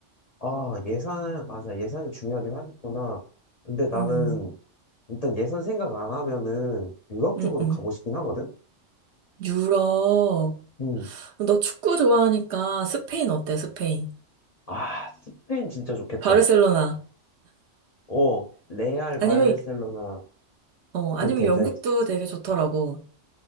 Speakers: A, on the left; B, on the right.
A: 아, 예산, 맞아. 예산이 중요하긴 하겠구나. 근데 나는
B: 음,
A: 일단 예산 생각 안 하면은 유럽
B: 음,
A: 쪽으로
B: 음.
A: 가고 싶긴 하거든?
B: 유럽.
A: 음.
B: 너 축구 좋아하니까 스페인 어때, 스페인?
A: 아, 스페인 진짜 좋겠다.
B: 바르셀로나.
A: 어, 레알 바르셀로나
B: 아니면, 어,
A: 그
B: 아니면
A: 대전
B: 영국도
A: 있지.
B: 되게 좋더라고.